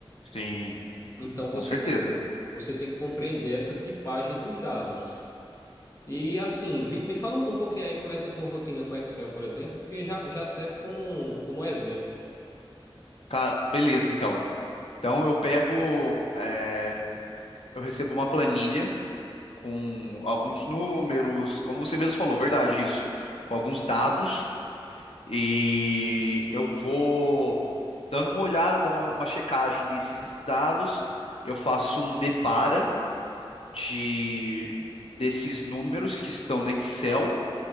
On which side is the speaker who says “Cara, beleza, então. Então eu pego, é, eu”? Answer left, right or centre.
Left